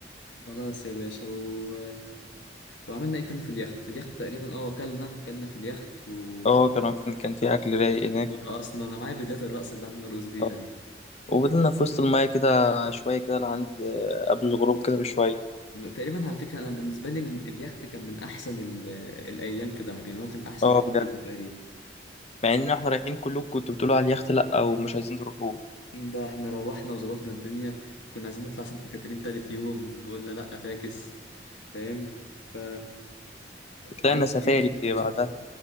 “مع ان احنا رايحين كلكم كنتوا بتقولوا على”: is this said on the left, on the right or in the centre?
Left